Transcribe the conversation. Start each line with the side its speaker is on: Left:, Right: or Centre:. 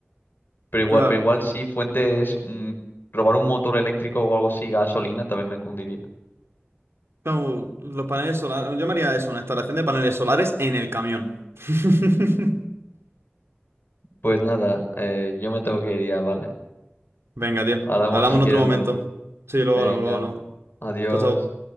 Left: Pero igual,
Right: claro,
Left: pero igual si fuentes, mm, robar un motor eléctrico o algo así, gasolina, también me cundiría.
Right: como los paneles solares, yo me haría eso, una instalación de paneles solares en el camión. <laughs>
Left: Pues nada, eh, yo me tengo que ir ya, ¿vale?
Right: Venga, tío,
Left: Hablamos
Right: hablamos
Left: si
Right: en
Left: quieres
Right: otro momento.
Left: luego.
Right: Sí, luego
Left: Venga,
Right: hablamos, luego hablamos.
Left: adiós.
Right: Chao, chao.